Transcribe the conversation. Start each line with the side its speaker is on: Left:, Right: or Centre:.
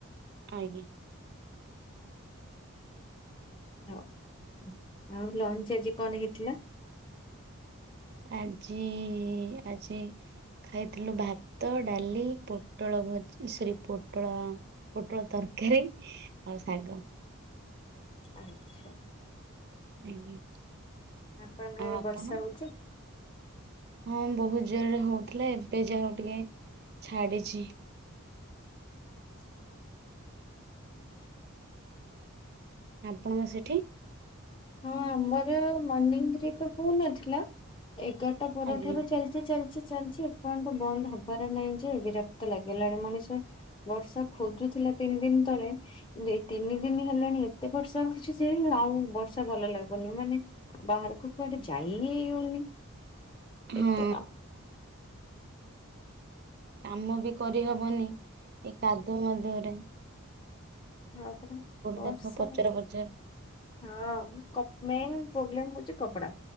Right: ଆଜ୍ଞା।
Left: ହଉ। ଆଉ ଲଞ୍ଚ ଆଜି କଣ ହେଇଥିଲା?
Right: ଆଜି, ଆଜି ଖାଇଥିଲୁ ଭାତ, ଡାଲି ପୋଟଳ ଭଜ ସରି ପୋଟଳ ପୋଟଳ ତରକାରୀ ଆଉ ଶାଗ।
Left: ଆଚ୍ଛା।
Right: ଆଜ୍ଞା।
Left: ଆପଣଙ୍କ
Right: ଆଉ
Left: ଆଡ଼େ
Right: ଆପଣ?
Left: ବର୍ଷା ହଉଛି?
Right: ହଁ ବହୁତ ଜୋରରେ ହଉଥିଲା ଏବେ ଯାହାହଉ ଟିକେ ଛାଡିଛି।
Left: ଅଛି।
Right: ଆପଣଙ୍କ ସେଠି?
Left: ହଁ ଆମର ମର୍ଣିିଂରେ ତ ହଉନଥିଲା। ଏଗାରଟା ପରଠାରୁ
Right: ଆଜ୍ଞା।
Left: ଚାଲି ଚାଲିଛି ଚାଲିଛି ଏପର୍ଯ୍ୟନ୍ତ ବନ୍ଦ ହବାର ନାହିଁ ଯେ ବିରକ୍ତ ଲାଗିଲାଣି ମଣିଷ। ବର୍ଷା ଖୋଜୁଥିଲା ତିନି ଦିନ ତଳେ କିନ୍ତୁ ଏଇ ତିନି ଦିନି ହେଲାଣି ଏ ଏତେ ବର୍ଷା ହଉଛି ଯେ ଆଉ ବର୍ଷା ଭଲ ଲାଗୁନି ମାନେ ବାହାରକୁ କୁଆଡେ ଯାଇହିଁ ହଉନି।
Right: ହଁ।
Left: ଏତେ କାମ।
Right: କାମ ବି କରିହବନି ଏ କାଦୁଅ ମାଦୁଅ ରେ।
Left: ହଁ ପରା ବର୍ଷା
Right: ଦେଖ ପଚର ପଚର
Left: ହଁ କପ ମେନ୍ ପ୍ରୋବ୍ଲେମ୍ ହଉଛି କପଡା